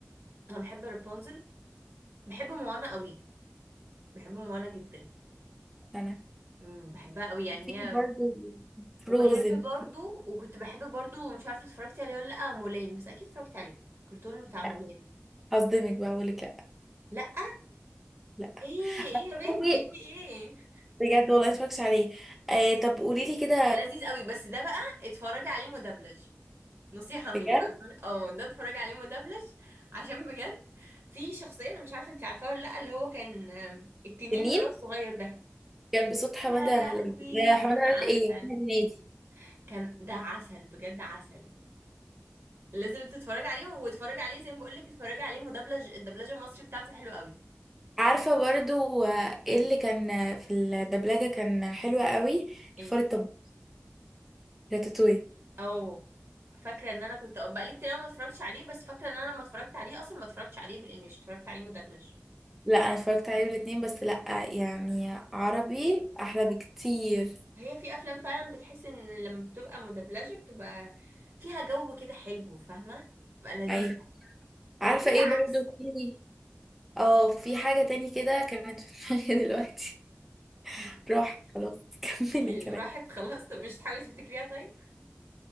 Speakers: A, on the right; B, in the centre.
A: انا بحب رابونزل بحب موانا قوي بحب موانا جدا
B: انا
A: امم بحبها قوي يعني
B: في
A: هي
B: برضه فروزن
A: وبحب برضو وكنت بحب برضو مش عارفه اتفرجتي عليه ولا لا مولان بس اكيد اتفرجتي عليه الكرتون بتاع مولان
B: لا هصدمك بقى هقول لك لا
A: لا
B: لا
A: ايه ايه يا بنتي
B: تعرفي
A: في ايه
B: بجد والله متفرجش عليه آه طب قولي لي كده
A: ده لذيذ قوي بس ده بقى اتفرجي عليه مدبلج نصيحه مني
B: بجد
A: بقى اتفرج- اه ده اتفرجي عليه مدبلج عشان بجد في شخصيه انا مش عارفه انت عارفاها ولا لا اللي هو كان آم، التنين
B: تنين
A: اللي هو الصغير ده
B: كان بصوت حمادة
A: يا لهوي
B: هلال لا، حمادة
A: كان
B: هلال
A: عسل
B: ايه أحمد هنيدي
A: كان ده عسل بجد عسل لازم تتفرجي عليه واتفرجي عليه زي ما بقول لك اتفرجي عليه مدبلج الدبلجه المصري بتاعته حلوه قوي
B: عارفة برضو آه، ايه اللي كان آه، في الدبلجة كان حلوة قوي
A: ايه
B: الفار الطباخ راتاتوي
A: او فاكره ان انا كنت بقالي كتير أوي ما اتفرجتش عليه بس فاكره ان انا لما اتفرجت عليه اصلا ما اتفرجتش عليه بالانجلش اتفرجت عليه مدبلج
B: لا انا اتفرجت عليه الاتنين بس لا يعني عربي احلى بكتير
A: هي في افلام فعلا بتحس ان لما بتبقى مدبلجه بتبقى فيها جو كده حلو فاهمه بتبقى لذيذه
B: ايوه عارفه
A: وفي
B: ايه
A: العكس
B: برضو تاني اه في حاجه تاني كده كانت في دماغي دلوقتي
A: <laughs>
B: <laughs> راحت خلاص كملي
A: م-
B: كلام
A: راحت خلاص طب مش تحاولي تفتكريها طيب